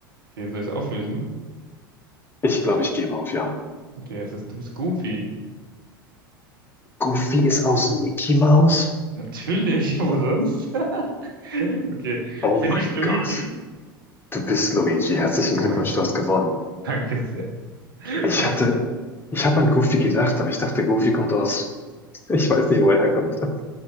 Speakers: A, on the right; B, on the left.
A: Okay, soll ich es auflösen?
B: Ich glaube, ich gebe auf, ja.
A: Okay, es ist, du bist Goofy.
B: Goofy ist aus Mickey Mouse?
A: Natürlich, wo sonst? <laughs> Okay,
B: Oh
A: bin
B: mein
A: ich Luigi?
B: Gott. Du bist Luigi. Herzlichen
A: Oh
B: Glückwunsch,
A: mein,
B: du hast gewonnen.
A: danke sehr. Ja.
B: Ich hatte, ich habe an Goofy gedacht, aber ich dachte, Goofy kommt aus, <laughs> ich weiß nicht, wo er herkommt. <laughs>